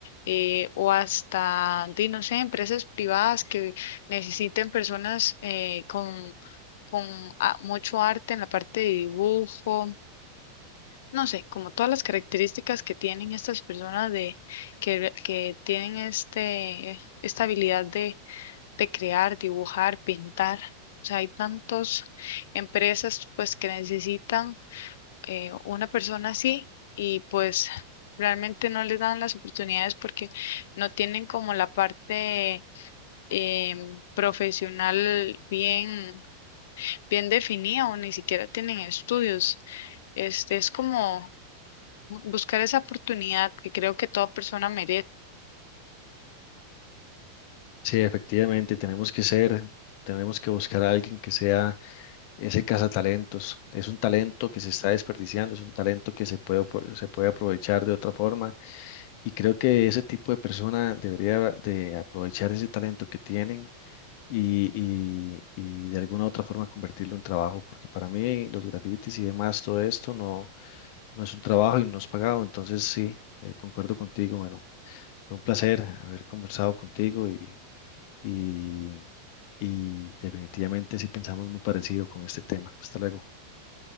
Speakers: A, on the left; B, on the left.
A: eh, o hasta, di, no sé, empresas privadas que necesiten personas eh, con, con a- mucho arte en la parte de dibujo. No sé, como todas las características que tienen estas personas de que, que tienen este esta habilidad de crear, dibujar, pintar. O sea, hay tantas empresas pues que necesitan eh, una persona así y pues realmente no les dan las oportunidades porque no tienen como la parte em, profesional bien, bien definida o ni siquiera tienen estudios. Este es como bu- buscar esa oportunidad que creo que toda persona merece.
B: Sí, efectivamente, tenemos que ser, tenemos que buscar a alguien que sea ese cazatalentos. Es un talento que se está desperdiciando, es un talento que se puede, apro- se puede aprovechar de otra forma y creo que ese tipo de persona debería de aprovechar ese talento que tienen y, y- y de alguna u otra forma convertirlo en trabajo, porque para mí los grafitis y demás, todo esto no, no es un trabajo y no es pagado, entonces sí, eh, concuerdo contigo, bueno, fue un placer haber conversado contigo y, y, y definitivamente sí pensamos muy parecido con este tema. Hasta luego.